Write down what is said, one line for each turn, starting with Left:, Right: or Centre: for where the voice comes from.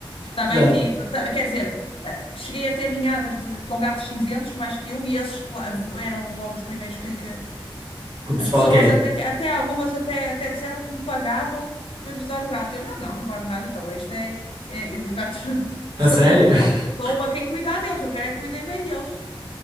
Left: Também
Right: Já
Left: tive. ta- Quer dizer, eh, cheguei a ter ninhadas de, com gatos cinzentos, mais que um, e esses cla- eram logo os primeiros que, que,
Right: que o pessoal
Left: As pessoas
Right: quer.
Left: até, até algumas até, até disseram que me pagavam para eu lhes dar o gato. Eu, não, não, não pago nada, então este é, é- os gatos, <laughs>
Right: A
Left: só-
Right: sério?
Left: eu dou,
Right: <laughs>
Left: eu dou a quem cuidar deles, eu quero é que cuidem bem deles,